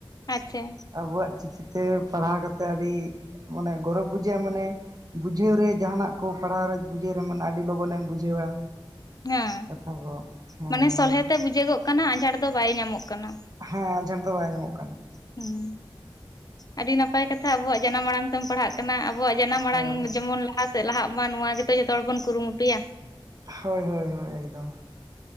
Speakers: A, on the left; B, on the right.
A: ᱟᱪᱪᱷᱟ
B: ᱟᱫᱚᱭᱟᱜ ᱪᱤᱠᱤᱛᱮ ᱯᱟᱲᱦᱟᱣ ᱠᱟᱛᱮ ᱟᱹᱰᱤ ᱢᱟᱱᱮ ᱜᱚᱨᱚᱵᱽ ᱵᱩᱡᱷᱟᱹᱜᱼᱟ ᱢᱟᱱᱮ ᱵᱩᱡᱷᱟᱹᱣ ᱨᱮ ᱡᱟᱦᱟᱱᱟᱜ ᱠᱚ ᱯᱟᱲᱦᱟᱣ ᱨᱮ ᱵᱩᱡᱷᱟᱹᱣ ᱨᱮ ᱢᱮᱱᱟᱜᱼᱟ ᱟ. ᱲᱤ ᱞᱚᱜᱚᱱᱮᱢ ᱵᱩᱡᱷᱟᱹᱣᱟ
A: ᱦᱮᱸ
B: ᱠᱟᱛᱷᱟ ᱠᱚ ᱦᱮᱸ
A: ᱢᱟᱱᱮ
B: ᱤᱱᱟᱹᱜᱮ
A: ᱥᱚᱞᱦᱮᱛᱮ ᱵᱩᱡᱷᱟᱹᱜᱚᱜ ᱠᱟᱱᱟ ᱟᱡᱟᱨ ᱫᱚ ᱵᱟᱭ ᱧᱟᱢᱚᱜ ᱠᱟᱱᱟ᱾
B: ᱦᱮᱸ ᱟᱡᱷᱟᱨ ᱫᱚ ᱵᱟᱭ ᱧᱟᱢᱚᱜ ᱠᱟᱱᱟ᱾
A: ᱦᱮᱸ ᱟᱹᱰᱤ ᱱᱟᱯᱟᱭ ᱠᱟᱛᱷᱟ ᱟᱵᱚᱣᱟᱜ ᱡᱟᱱᱟᱢ ᱟᱲᱟᱝ᱾ ᱯᱟᱲᱦᱟᱜ ᱠᱟᱱᱟ ᱟᱵᱚᱣᱟᱜ ᱡᱟᱱᱟᱢ
B: ᱦᱳᱭ
A: ᱟᱲᱟᱝ ᱡᱮᱢᱚᱱ ᱞᱟᱦᱟ ᱥᱮᱫ ᱞᱟᱦᱟᱜ ᱢᱟ ᱱᱚᱣᱟ ᱜᱮᱛᱚ ᱡᱚᱛᱚ ᱦᱚᱲ ᱵᱚᱱ ᱠᱩᱨᱩᱢᱩᱴᱩᱭᱟ᱾
B: ᱦᱳᱭ ᱻᱦᱳᱭ ᱻᱦᱳᱭ ᱮᱠᱫᱚᱢ